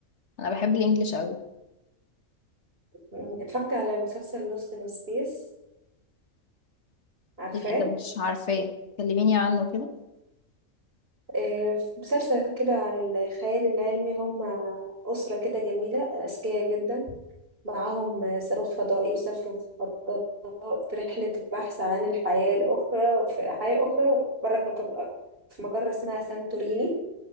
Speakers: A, on the left; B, on the right.
A: انا بحب الانجليش قوي
B: مم، اتفرجت على مسلسل Lost in Space عارفاه
A: لا ده مش عارفاه كلميني عنه كده
B: آه، مسلسل كده عن الخيال العلمي هم أسرة كده جميلة أذكياء جدا معاهم صاروخ فضائي وسافروا في الفضاء في رحلة البحث عن الحياة الأخرى في حياة أخرى بره كوكب الأرض في مجرة اسمها سانتوريني